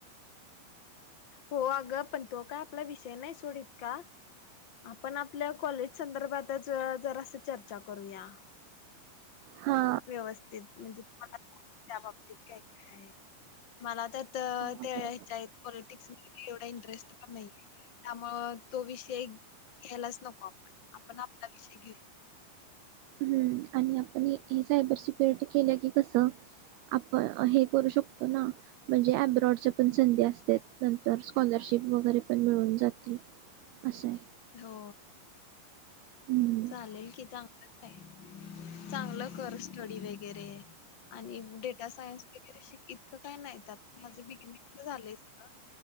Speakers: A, on the left; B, on the right.
A: हो अगं पण तो काय आपला विषय नाही सोडीत का. आपण आपल्या कॉलेज संदर्भातच जरा अस चर्चा करूया?
B: हा
A: व्यवस्थित म्हणजे त्या बाबतीत काय काय आहे मला तर तर
B: हा
A: त्या
B: बरोबर
A: याच्या आहेत पॉलिटिक्समध्येध्ये एवढां इंटरेस्ट पण नाही त्यामुळं तो विषय घ्यायलाच नको आपण, आपण आपला विषय घेऊ
B: ह्म आणि आपण सायबर सिक्युरिटी केलं की कस आपण हे करु शकतो ना बॉडच्या पण संधी असतात नंतर स्कॉलरशिप वगैरे पण मिळून जातील, असं आहे
A: हो.
B: हम्म
A: चालेल कि चांगलंच आहे चांगलं कर स्टडी वगैरे आणि डेटा सायन्स वगैरे श इतकं काय नाहीत माझ बिगनि तर झालंय सगळं